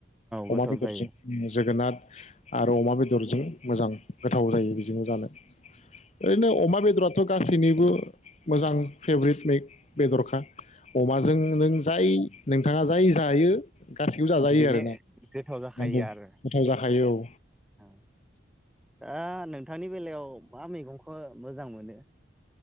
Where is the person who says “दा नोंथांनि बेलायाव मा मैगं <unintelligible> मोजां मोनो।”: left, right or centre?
Centre